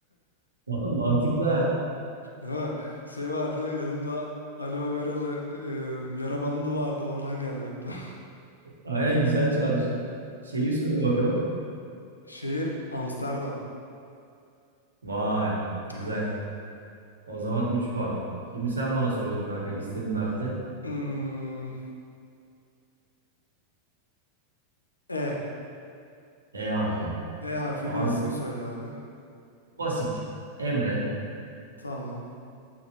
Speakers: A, on the right (about 75°); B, on the left (about 80°).
A: Vallahi Mantıklı ha.
B: Ha, şey vardı yanımda aloe veralı e, yara bandı vardı oradan geldi aklıma.
A: Aynen güzel çağrışım. Şeyi söyle bakalım.
B: <laughs> Şehir Amsterdam.
A: Vay güzel.
B: Ha.
A: O zaman 3 puan. Şimdi sen bana soruyorsun kanka istediğin harfte.
B: Hmm, E.
A: E harfi.
B: E harfiyle
A: Abi
B: isim söyle abi.
A: basit. Emre.
B: Tamam.